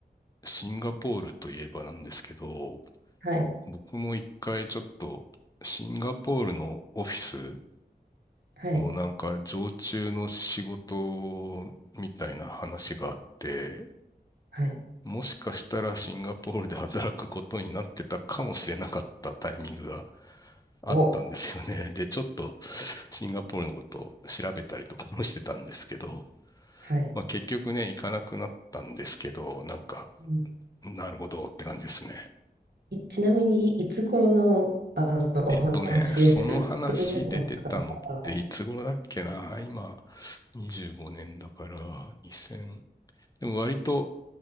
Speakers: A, on the left; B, on the right.
A: シンガポールといえばなんですけど、
B: はい。
A: 僕も一回ちょっと、シンガポールのオフィス
B: はい。
A: のなんか常駐の仕事みたいな話があって、
B: はい。
A: もしかしたらシンガポールで働くことになってたかもしれなかったタイミングがあったんですよね。
B: お、
A: で、ちょっと、シンガポールのことを調べたりとかもしてたんですけど、
B: はい。
A: まあ結局ね、行かなくなったんですけど、なんか、
B: うん
A: なるほどって感じですね。
B: いちなみに、いつ頃の、あの、
A: えっとね、
B: お話ですっていうの
A: その話出てたのっていつ頃だっけな今、
B: が、
A: 25年だから、2 0でも割と